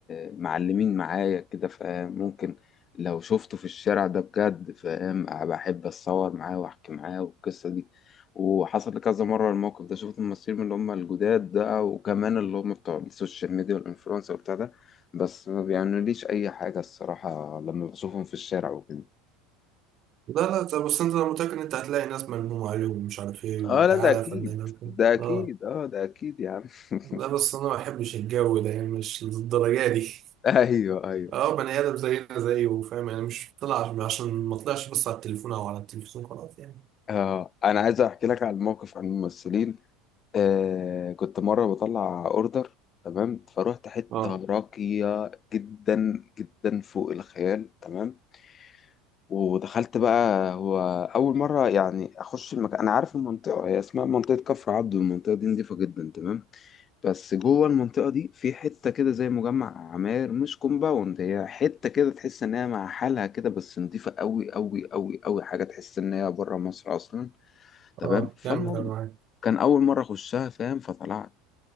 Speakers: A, on the left; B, on the right.
A: آه، معلمين معايا كده فاهم ممكن لو شفته في الشارع ده بجد فاهم أه بحب اتصور معاه واحكي معاه والقصه دي وحصل لي كذا مره الموقف ده شفت ممثلين من اللي هم الجداد ده وكمان اللي هم بتوع السوشيال ميديا والانفلونسر وبتاع ده بس ما بيعملوليش اي حاجه الصراحه لما بشوفهم في الشارع وكده
B: لا لا طب بس أنت أنا متأكد إن أنت هتلاقي ناس ملمومة عليهم ومش عارف إيه
A: اه
B: وتعالى
A: لا ده اكيد
B: يا فنان
A: ده اكيد
B: اه
A: اه ده اكيد يا عم <laughs>
B: لا بس انا ما بحبش الجو ده يعني مش للدرجه دي
A: ايوه ايوه
B: اه بني ادم زينا زيه فاهم يعني مش طلع عشان عشان ما طلعش بس على التليفون او على التلفزيون خلاص يعني
A: اه انا عايز احكي لك عن موقف عن الممثلين آه كنت مره بطلع اوردر تمام فروحت حته
B: اه
A: راقيه جدا جدا فوق الخيال تمام ودخلت بقى هو أول مرة يعني أخش المكان أنا عارف المنطقة هي اسمها منطقة كفر عبده المنطقة دي نضيفة جدا تمام بس جوه المنطقة دي في حتة كده زي مجمع عماير مش كومباوند هي حتة كده تحس إن هي مع حالها كده بس نضيفة أوي أوي أوي أوي حاجة تحس إن هي بره مصر أصلا تمام
B: اه
A: فالمهم
B: كمل انا معاك
A: كان أول مرة أخشها فاهم فطلعت